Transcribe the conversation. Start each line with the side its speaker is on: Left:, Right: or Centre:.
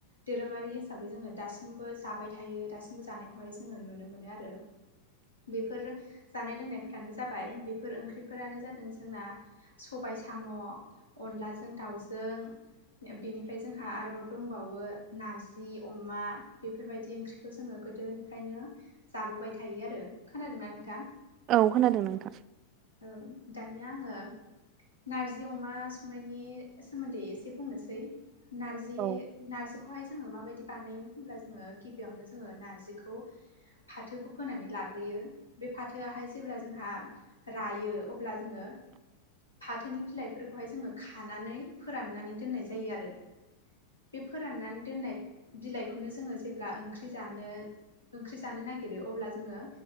Left: दोरोंङारि हिसाबै जोंङो दासिमबो जाबाय थायो दासिमबो जानाय खौहाय जोंङो नुनो मोनो आरो बेफोर जानाय लोंनायफ्रानो जाबाय बेफोर ओंख्रिफोरानो जादों जोंना सबाय सबाय साम' अनलाजों दाउजों बेनिफ्राय जोंहा आरोबाव दंबावो नारजि अमा बेफोरबायदि ओंख्रिखौ जोंङो गोदोनिफ्रायनो जाबोबाय थायो आरो खोनादोंना नोंथां
Right: औ खोनादों नोंथां
Left: औ दानिया आंङो नारजि अमा संनायनि सोमोन्दै एसे बुंनोसै नारजि
Right: औ
Left: नारजिखौहाय जोंङो माबायदि बानायो होनब्ला जोंङो गिबियावनो जोंङो नारजिखौ फाथोखौ फोनानै लाग्रोयो बे फाथोआहाय जेब्ला जोंहा रायो अब्ला जोंङो फाथोनि बिलाइफोरखौहाय जोंङो खानानै फोराननानै दोननाय जायो आरो बे फोराननानै दोननाय बिलाइखौनो जोंङो जेब्ला ओंख्रि जानो ओंख्रि जानो नागिरो अब्ला जोंङो